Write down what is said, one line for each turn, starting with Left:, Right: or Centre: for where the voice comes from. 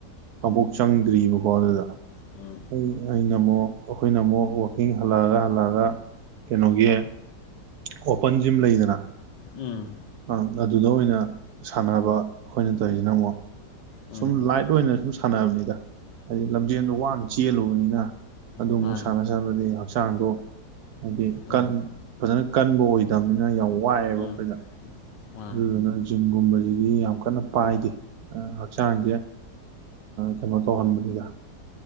Right: ꯑꯝꯕꯣꯛ ꯆꯪꯗꯔꯤꯕꯀꯣ ꯑꯗꯨꯗ
Left: ꯎꯝ
Right: ꯄꯨꯡ ꯑꯩꯅ ꯑꯃꯨꯛ ꯑꯩꯈꯣꯏꯅ ꯑꯃꯨꯛ ꯋꯀꯤꯡ ꯍꯜꯂꯛꯑꯒ ꯍꯜꯂꯛꯑꯒ ꯀꯩꯅꯣꯒꯤ ꯑꯣꯄꯟ ꯖꯤꯝ ꯂꯩꯗꯅ
Left: ꯎꯝ
Right: ꯑ ꯑꯗꯨꯗ ꯑꯣꯏꯅ ꯁꯥꯟꯅꯕ ꯑꯩꯈꯣꯏꯅ ꯇꯧꯔꯤꯁꯤꯅ ꯑꯃꯨꯛ ꯁꯨꯝ
Left: ꯎꯝ
Right: ꯂꯥꯏꯠ ꯑꯣꯏꯅ ꯁꯨꯝ ꯁꯥꯟꯅꯕꯅꯤꯗ ꯍꯥꯏꯗꯤ ꯂꯝꯖꯦꯟꯗꯣ ꯋꯥꯅ ꯆꯦꯜꯂꯨꯕꯅꯤꯅ ꯑꯗꯨ
Left: ꯃꯥꯅꯤ
Right: ꯑꯃꯨꯛ ꯁꯥꯟꯅ ꯕꯗꯤ ꯍꯛꯆꯥꯡꯗꯣ ꯍꯥꯏꯗꯤ
Left: ꯎꯝ
Right: ꯀ ꯐꯖꯅ ꯀꯟꯕ ꯑꯣꯏꯗꯕꯅꯤꯅ ꯌꯥꯝ ꯋ ꯋꯥꯏꯑꯦꯕ
Left: ꯎꯝ
Right: ꯑꯩꯈꯣꯏꯗ
Left: ꯃꯥꯅꯤ
Right: ꯑꯗꯨꯗꯨꯅ ꯖꯤꯝꯒꯨꯝꯕꯁꯤꯗꯤ ꯌꯥꯝ ꯀꯟꯅ ꯄꯥꯏꯗꯦ ꯍꯛꯆꯥꯡꯁꯦ ꯑ ꯀꯩꯅꯣ ꯇꯧꯍꯟꯕꯅꯤꯗ